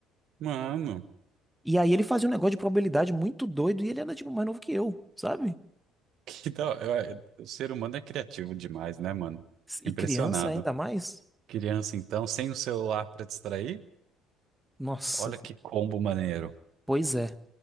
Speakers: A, on the right; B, in the centre.
A: Mano,
B: E aí ele fazia um negócio de probabilidade muito doido e ele era tipo mais novo que eu, sabe?
A: que da... eu- eu- o ser humano é criativo demais, né, mano?
B: E
A: Impressionado.
B: criança ainda mais.
A: Criança, então, sem o celular pra distrair?
B: Nossa,
A: Olha que combo maneiro.
B: pois é.